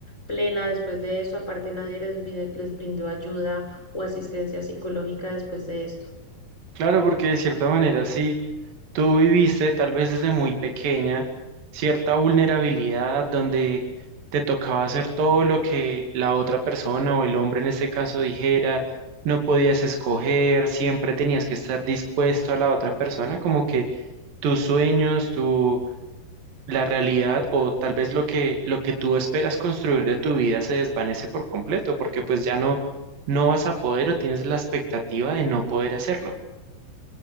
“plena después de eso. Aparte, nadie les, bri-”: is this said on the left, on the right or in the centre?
Left